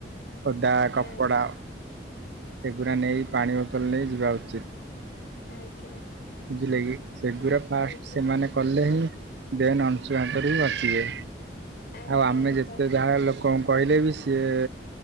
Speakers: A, on the right; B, on the left.
A: ଖଦା
B: ଆଜ୍ଞା
A: କପଡା ସେଗୁଡା ନେଇ ପାଣି ବୋତଲ ନେଇ ଯିବା ଉଚିତ
B: ଆଜ୍ଞା।
A: ବୁଝିଲେ କି ସେଗୁଡା ଫାଷ୍ଟ
B: ଆଜ୍ଞା
A: ସେମାନେ କଲେ ହିଁ? ଦେନ୍ ଅଂଶୁଙ୍କରେ ହି ବସିବେ
B: ଆଜ୍ଞା
A: ଆଉ ଆମେ ଯେତେ
B: ତ
A: ଯାହା ଲୋକ କଣ କହିଲେ ବି ସିଏ